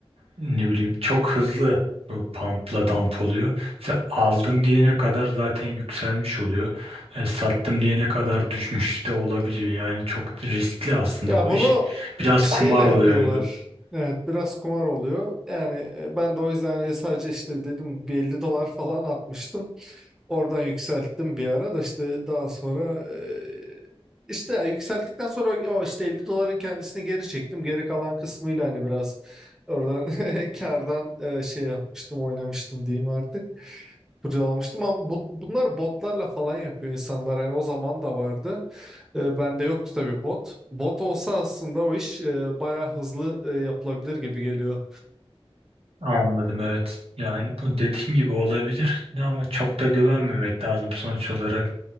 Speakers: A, on the right; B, in the centre.
A: ne bileyim çok hızlı bu pumpla dump oluyor. Sen aldım diyene kadar zaten yükselmiş oluyor. E, sattım diyene kadar düşmüş de olabiliyor. Yani çok riskli aslında
B: Ya
A: o
B: bunu
A: iş. Biraz
B: şeyle
A: kumar
B: yapıyorlar.
A: oluyor gibi.
B: Evet biraz kumar oluyor. Yani e, ben de o yüzden hani sadece işte dedim bir 50 dolar falan atmıştım. Oradan yükselttim bir ara da işte daha sonra e, işte ya yükselttikten sonra o işte 50 doların kendisini geri çektim. Geri kalan kısmıyla hani biraz oradan <laughs> kardan e, şey yapmıştım oynamıştım diyeyim artık. Kurcalamıştım ama bu- bunlar botlarla falan yapıyor insanlar. Hani o zaman da vardı. E, bende yoktu tabii bot. Bot olsa aslında o iş e, bayağı hızlı e, yapılabilir gibi geliyor.
A: Anladım evet. Yani bu dediğim gibi olabilir Ne ama çok da güvenmemek lazım sonuç olarak.